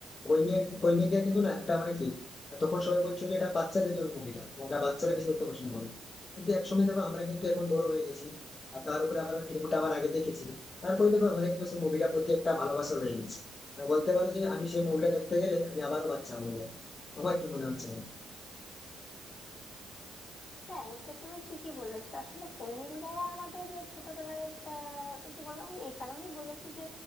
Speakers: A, on the left; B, on the left.
A: কৈমিয়া কৈমিকা কিন্তু না একটা মানে কি আহ, তখন সবাই বলছো যে এটা বাচ্চাদের জন্য মুভিটা ওটা বাচ্চারা বেশি দেখতে পছন্দ করে কিন্তু একসময় দেখো আমরা কিন্তু এখন বড় হয়ে গেছি আর তার উপরে আবার ফিল্মটা আবার আগে দেখেছি তারপরে দেখো আমাদের কিন্তু সেই মুভিটার প্রতি একটা ভালোবাসা রয়ে গেছে মানে বলতে পারো যে আমি সেই মুভিটা দেখতে গেলে আমি আবারও বাচ্চা হয়ে যাবো তোমার কি মনে হচ্ছে
B: হ্যাঁ এটা তুমি ঠিকই বলেছো আসলে কই গায়া আমাদের ছোটবেলায় আহ, ওই যে বললাম আমি এই কারণেই বলেছি যে